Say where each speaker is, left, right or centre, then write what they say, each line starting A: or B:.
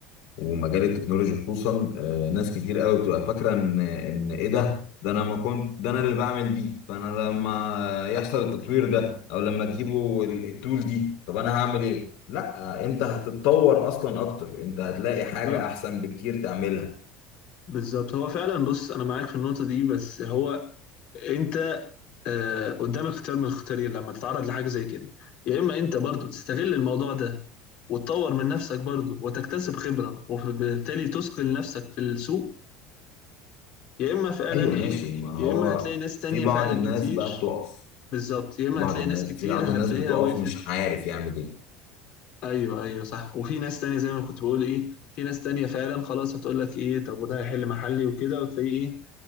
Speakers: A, on the left; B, on the left.
A: ومجال التكنولوجي خصوصا آه، ناس كتير قوي بتبقى فاكره ان ان ايه ده ده انا ما كنت ده انا اللي بعمل دي فانا لما يحصل التطوير ده او لما تجيبوا ال- التول دي طب انا هعمل ايه لا انت هتتطور اصلا اكتر انت هتلاقي حاجه
B: بالظبط
A: احسن بكتير تعملها
B: بالظبط هو فعلا بص انا معاك في النقطه دي بس هو انت آه، قدامك اختيار من الاختيارين لما تتعرض لحاجه زي كده يا اما انت برضو تستغل الموضوع ده وتطور من نفسك برضو وتكتسب خبره وبالتالي تثقل نفسك في السوق يا اما فعلا
A: ايوه
B: ايه
A: ماشي ما
B: يا
A: هو
B: اما هتلاقي ناس تانية
A: في بعض
B: فعلا
A: الناس
B: كتير
A: بقى بتقف
B: بالظبط يا اما
A: في بعض
B: هتلاقي
A: الناس
B: ناس كتير
A: في بعض
B: هتلاقيها
A: الناس بتقف
B: وقفت
A: مش عارف يعمل ايه
B: ايوه ايوه صح وفي ناس تانية زي ما كنت بقول ايه في ناس تانية فعلا خلاص هتقول لك ايه طب وده هيحل محلي وكده وتلاقيه ايه